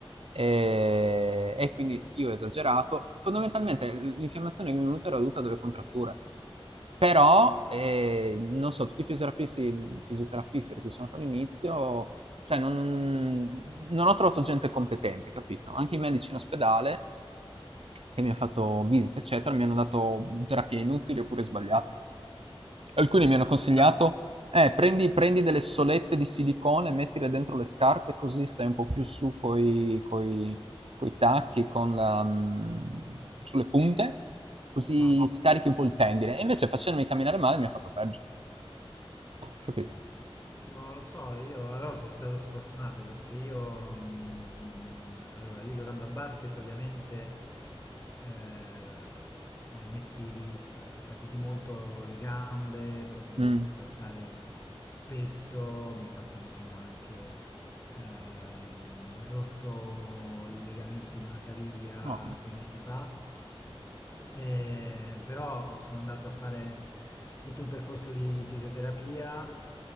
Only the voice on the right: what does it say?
E, e quindi io ho esagerato. Fondamentalmente l'infiammazione che mi è venuta era dovuta a delle contratture. Però, eh, non so, tutti i fisioterapisti, fisioterapisti di cui sono andato all'inizio, cioè non, non ho trovato gente competente, capito? Anche i medici in ospedale che mi hanno fatto visite, eccetera, mi hanno dato terapie inutili oppure sbagliate. Alcuni mi hanno consigliato,
eh, prendi, prendi delle solette di silicone, mettile dentro le scarpe, così stai un po' più su coi, coi, coi tacchi, con la, mm, sulle punte, così
scarichi un po' il tendine. E invece facendomi camminare male mi ha fatto peggio, capito?
Mm.
No.